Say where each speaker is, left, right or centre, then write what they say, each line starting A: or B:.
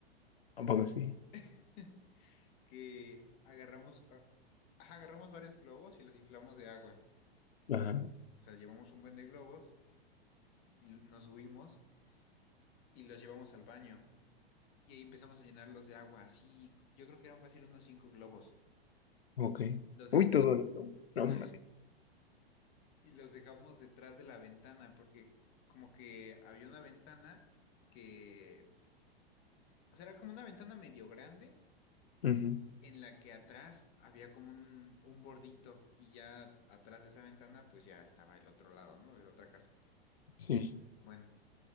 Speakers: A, on the left; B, on the left.
A: Un poco sí.
B: <laughs> que agarramos, ah, ajá, agarramos varios globos y los inflamos de agua.
A: Ajá,
B: O sea, llevamos un buen de globos. y nos subimos y los llevamos al baño. Y ahí empezamos a llenarlos de agua, así, yo creo que eran fácil unos cinco globos.
A: ok.
B: Los
A: Uy,
B: dejamos
A: todo eso.
B: <laughs>
A: No, hombre.
B: y los dejamos detrás de la ventana, porque como que había una ventana que, o sea, era como una ventana medio grande,
A: Ujú,
B: en la que atrás había como un, un bordito, y ya atrás de esa ventana, pues ya estaba el otro lado, ¿no? De la otra casa.
A: Sí.
B: Bueno,